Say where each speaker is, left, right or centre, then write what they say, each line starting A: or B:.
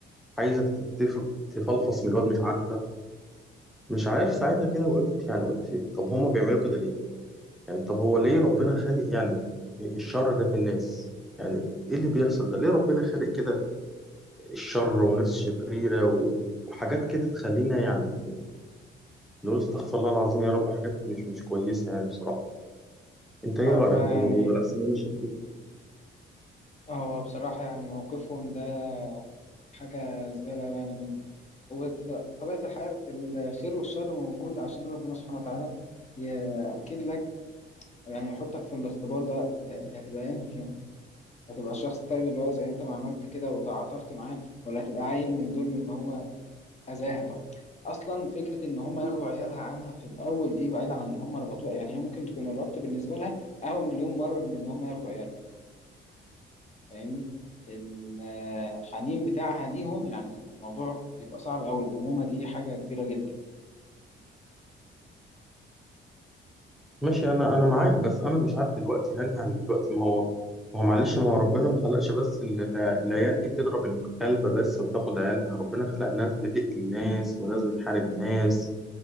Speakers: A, in the centre; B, on the left.
A: عايزه تتف- تفلفص من الواد مش عارفه مش عارف ساعتها كده وقفت يعني قلت طب هما بيعملوا كده ليه؟ يعني طب هو ليه ربنا خالق يعني الشر ده في الناس؟ يعني ايه اللي بيحصل ده؟ ليه ربنا خالق كده الشر وناس شريرة و- وحاجات كده تخلينا يعني نقول استغفر الله العظيم يا رب حاجات مش مش كويسة يعني بصراحة. انت ايه
B: اه
A: رأيك
B: فيعني
A: في الموضوع ده؟ لأحسن انا شفت
B: هو بصراحة يعني موقفهم ده حاجة زبالة أوي يعني منهم وطبيعة الحال الخير والشر موجود عشان ربنا سبحانه وتعالى يأكد لك يعني يحطك في الاختبار ده انت انت هتبقى انهي فيهم هتبقى الشخص الطيب اللي هو زي انت ما عملت كده وتعاطفت معاه ولا هتبقى عيل من دول من اللي هو أذاها طب اصلا فكره ان هم ياخدوا عيالها عنها في الاول دي بعيد عن ان هم ربطوها يعني هي ممكن تكون الربط بالنسبه لها اهون مليون مره من ان هم ياخدوا عيالها فاهمني الحنين بتاعها ليهم يعني الموضوع بيبقى صعب قوي الأمومة دي حاجة كبيرة جدا
A: ماشي انا انا معاك بس انا مش عارف دلوقتي هل هن دلوقتي ما هو ما هو معلش ما هو ربنا ما خلقش بس ال- ال- العيال دي بتضرب الكلب بس وبتاخد عيالها ربنا خلق ناس بتقتل ناس وناس بتحارب ناس